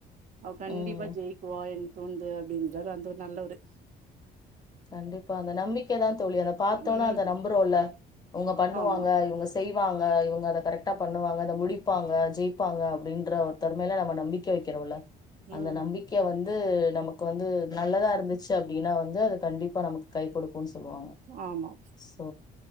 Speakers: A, on the right; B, on the left.
A: அவ கண்டிப்பா
B: ம்
A: ஜெயிக்குவ தோணந்து அப்படின்ற வந்து நல்ல ஒரு
B: கண்டிப்பா அந்த நம்பிக்கதா தோழி அத பார்த்தோன
A: ம்
B: அந்த நம்புரோ ல அவுங்க பண்ணுவாங்க
A: ஆமா
B: இவங்க செய் ங்க இவங்க அதை கரெக்டா பண்ணுவாங்க அத முடிப்பா ஜெயிப்பாங்க அப்படின்ற ஒரு தருமையில நம்ம நம்பிக்கை வைக்கிறோம்ல்ல அந்த
A: ம்
B: நம்பிக்கையை வந்து து நமக்கு வந்து நல்லதா இருந்துச்சு அப்படின்னா வந்து அது கண்டிப்பா நமக்கு கைகொடு கு சொல்லுவாங்க
A: ஆமா
B: சோ